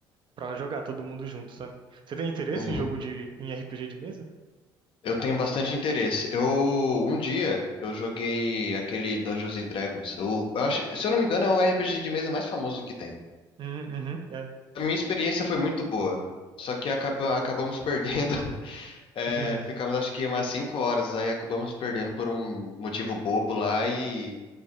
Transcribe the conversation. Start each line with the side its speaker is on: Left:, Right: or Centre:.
Right: pra jogar todo mundo junto, sabe? Você tem interesse
Left: Uhum.
Right: em jogo de, em RPG de mesa?
Left: Eu tenho bastante interesse. Eu, um dia, eu joguei aquele Dungeons and Dragons. Eu, eu acho, se eu não me engano, é o RPG de mesa mais famoso que tem.
Right: Hum, Uhum, é.
Left: A minha experiência foi muito boa. Só que acaba, acabamos perdendo. <laughs> É,
Right: <laughs>
Left: ficamos acho que umas 5 horas, aí acabamos perdendo por um motivo bobo lá e